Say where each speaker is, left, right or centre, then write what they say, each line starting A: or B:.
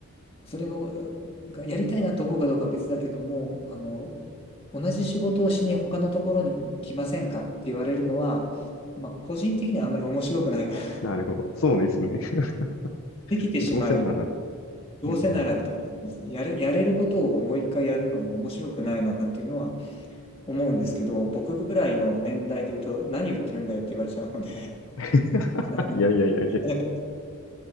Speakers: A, on the left (about 25°); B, on the left (about 65°).
A: それを、がやりたいなと思うかどうかは別だけども、あの、同じ仕事をしに他のところに来ませんかって言われるのは、まあ、個人的にはあんまり面白くないから、
B: なるほど。
A: <laughs>
B: そうですね。<laughs>
A: できてしまえ
B: どうせなら。
A: どうせならっていうのはありますね。
B: うんうん、
A: やれ、やれることをもう一回やるのも面白くないなっていうのは思うんですけど、僕ぐらいの年代で言うと、何言ってるんだよって言われちゃうので、
B: <laughs>
A: <laughs> なか
B: いやいやいやいや。
A: なか